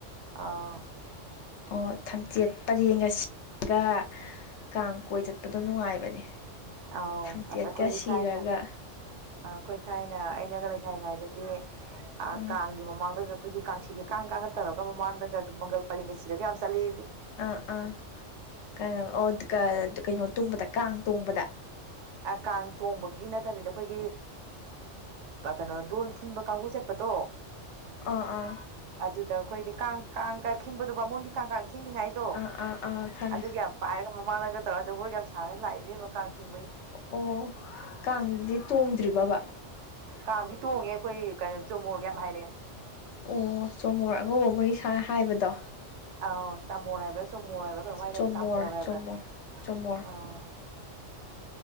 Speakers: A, on the right; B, on the left.
A: ꯑꯥ
B: ꯑꯣ ꯊꯝꯆꯦꯠ ꯄꯔꯦꯡꯒꯁꯤ ꯑꯗꯨꯒ ꯀꯥꯡ ꯀꯣꯏ ꯆꯠꯄꯗꯣ ꯅꯨꯡꯉꯥꯏꯕꯅꯦ
A: ꯑꯥꯎ
B: ꯊꯝꯆꯦꯠꯀ
A: ꯑ ꯑꯩꯈꯣꯏꯗꯤ
B: ꯁꯤꯔꯒ
A: ꯊꯥꯏꯅ ꯑ ꯑꯩꯈꯣꯏ ꯊꯥꯏꯅ ꯑꯩꯅꯒ ꯂꯩ ꯏꯁꯉꯥꯏꯗꯗꯤ
B: ꯎꯝ
A: ꯀꯥꯡꯒꯤ ꯃꯃꯥꯡꯗ ꯑꯩꯈꯣꯏꯒꯤ ꯀꯥꯡꯁꯤꯒ ꯀꯥꯡꯅ ꯇꯧꯔꯒ ꯃꯃꯥꯡꯗꯒ ꯃꯪꯒꯜ ꯄꯔꯦꯡꯒ ꯁꯤꯔꯒ ꯌꯥꯝ ꯆꯠꯂꯤ
B: ꯑꯥ ꯑꯥ ꯑꯣ ꯀꯩꯅꯣ ꯇꯣꯡꯕꯗ ꯀꯥꯡ ꯇꯣꯡꯕꯗ
A: ꯀꯥꯡ ꯇꯣꯡꯕꯒꯤ ꯅꯠꯇꯕꯤꯗ ꯑꯩꯈꯣꯏꯒꯤ ꯀꯩꯅꯣ ꯗꯣꯣꯟ ꯊꯤꯟꯕ ꯀꯥꯡꯕꯨ ꯆꯠꯄ ꯑꯗꯣ
B: ꯑꯥ ꯑꯥ
A: ꯑꯗꯨꯗ ꯑꯩꯈꯣꯏꯗꯤ ꯀꯥꯡ ꯀꯥꯡꯀ ꯈꯤꯕꯗꯨꯕꯥꯃꯣꯟꯒꯤ ꯀꯥꯡ ꯀꯥꯡ ꯈꯤꯅꯤꯡꯉꯥꯏꯗꯣ
B: ꯑꯥ ꯑꯥ ꯑꯥ ꯈꯪꯉꯦ
A: ꯑꯗꯨꯒ ꯌꯥꯝ ꯄꯥꯏꯔꯒ ꯃꯃꯥꯡꯂꯒ ꯇꯧꯔ ꯑꯗꯨꯒꯈꯣꯏꯒ ꯌꯥꯝ ꯁꯥꯔꯒ ꯂꯥꯛꯏꯕ ꯃꯀ ꯀꯥꯡꯁꯤꯡ
B: ꯑꯣ ꯀꯥꯡꯗꯨꯗꯤ ꯇꯣꯡꯗ꯭ꯔꯤꯕꯕ
A: ꯀꯥꯡꯗꯤ ꯇꯣꯡꯉꯦ ꯑꯩꯈꯣꯏ ꯀꯩꯅꯣ ꯆꯣꯃꯣꯔꯒ ꯌꯥꯝ ꯍꯥꯏꯔꯛꯑꯦ
B: ꯑꯣ ꯆꯣꯃꯣꯔ ꯑꯉꯧꯕ ꯃꯔꯤ ꯁꯥꯥꯡꯅ ꯍꯥꯏꯕꯗꯣ
A: ꯑ ꯁꯃꯣꯅ ꯍꯥꯏꯕ ꯆꯨꯝꯃꯨꯔ ꯍꯥꯏꯕ꯭ꯔꯥ ꯀꯔꯝ ꯍꯥꯏ
B: ꯆꯣꯃꯣꯔ
A: ꯇꯦ ꯆꯥꯃꯨꯔ ꯍꯥꯏꯕ꯭ꯔꯥ
B: ꯆꯣꯃꯣꯔ ꯆꯣꯃꯣꯔ
A: ꯎꯝ